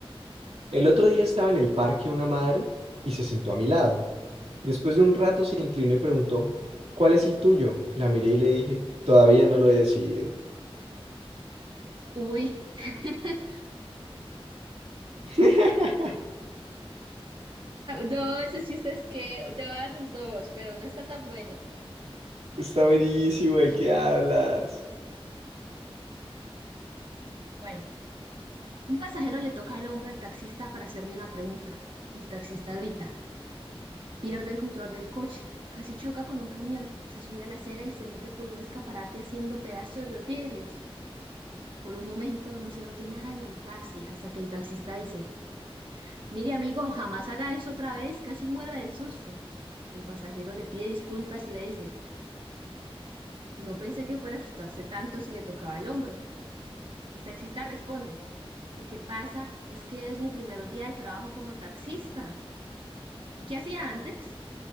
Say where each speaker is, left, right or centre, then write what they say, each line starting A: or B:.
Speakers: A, on the right (about 85°); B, on the right (about 55°).
A: El otro día estaba en el parque una madre y se sentó a mi lado. Después de un rato se inclinó y preguntó, ¿cuál es el tuyo? La miré y le dije, todavía no lo he decidido.
B: Uy. <laughs>
A: <laughs>
B: No, ese chiste es que te va a dar un dos, pero no está tan bueno.
A: Está buenísimo, ¿de qué hablas?
B: Bueno, un pasajero le toca el hombro al taxista para hacerle una pregunta. El taxista grita, pierde el control del coche, casi choca con un camión, se sube a la acera y se mete por un escaparate haciendo pedazos de los vidrios. Por un momento no se oye nada en el taxi hasta que el taxista dice, mire amigo, jamás haga eso otra vez, casi muero del susto. El pasajero le pide disculpas y le dice, no pensé que fuera a asustarse tanto si le tocaba el hombro. El taxista responde, lo que pasa es que es mi primer día de trabajo como taxista. ¿Y qué hacía antes?